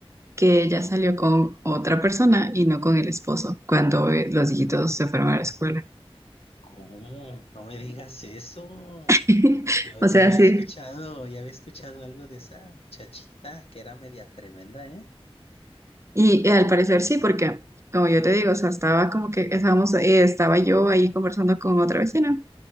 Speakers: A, on the right (about 30°); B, on the left (about 75°).
A: que ella salió con otra persona y no con el esposo cuando eh, los hijitos se fueron a la escuela.
B: ¿Cómo? No me digas eso.
A: <laughs>
B: Yo
A: O
B: ya
A: sea,
B: había
A: sí.
B: escuchado, ya había escuchado algo de esa muchachita que era media tremenda, ¿eh?
A: Y, eh, al parecer sí, porque como yo te digo, o sea, estaba como que estábamos, eh, estaba yo ahí conversando con otra vecina